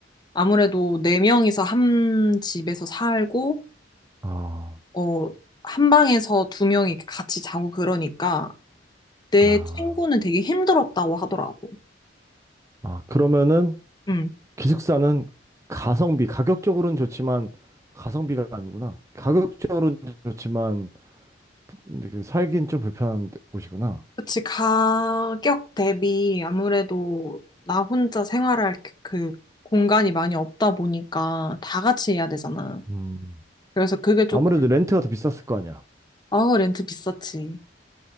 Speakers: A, on the left; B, on the right.
A: 아무래도 네명이서한 집에서 살고,
B: 아,
A: 어, 한 방에서 두명이 같이 자고 그러니까 내
B: 아,
A: 친구는 되게 힘들었다고 하더라고.
B: 아, 그러면은
A: 응.
B: 기숙사는 가성비, 가격적으로는 좋지만 가성비가 아니구나. 가격적으로는 좋지만 이렇게 살긴 좀 불편한 곳이구나.
A: 그치, 가격 대비 아무래도 나 혼자 생활할 그그 공간이 많이 없다 보니까 다 같이 해야 되잖아.
B: 음.
A: 그래서 그게 조금,
B: 아무래도 렌트가 더 비쌌을 거 아니야.
A: 아, 렌트 비쌌지.